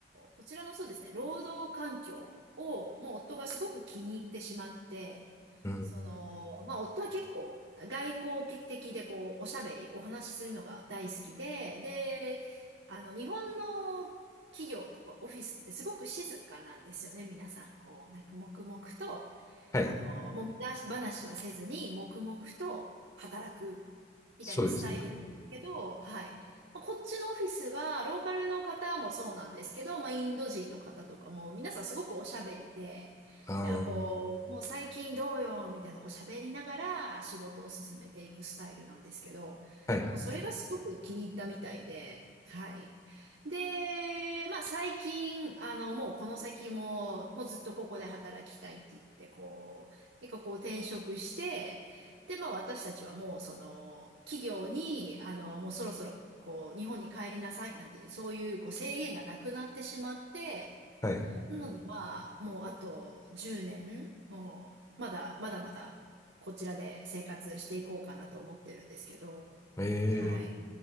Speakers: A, on the right; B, on the left.
A: こちらのそうですね、労働環境を、もう夫がすごく気に入ってしまって、
B: うん。
A: その、まあ夫は結構外交的でこう、おしゃべり、お話しするのが大好きで、で、あの、日本の企業とかオフィスってすごく静かなんですよね、皆さん。こう、なんか黙々と、
B: はい。
A: あの、もみ出し話はせずに、黙々と働く、みたいなスタイルなんですけど、
B: そうですね。
A: はい。まあ、こっちのオフィスは、ローカルの方もそうなんですけど、まあ、インド人の方とかも、皆さんすごくおしゃべりで、
B: ああ、
A: なんかこう、
B: は
A: もう最近どうよ、みたいな、こう喋りながら仕事を進めていくスタイルなんですけど、
B: いはい。
A: もうそれがすごく気に入ったみたいで、はい。で、まあ最近、あの、もうこの先も、もうずっとここで働きたいって言って、こう、結構こう転職して、で、まあ私たちはもうその、企業に、あの、もうそろそろ、こう、日本に帰りなさいなんていう、そういうこう制限がなくなってしまって、
B: はい。
A: なのでまあ、もうあと10年、もう、まだ、まだまだ、こちらで生活していこうかなと思ってるんですけど、
B: えー、
A: はい。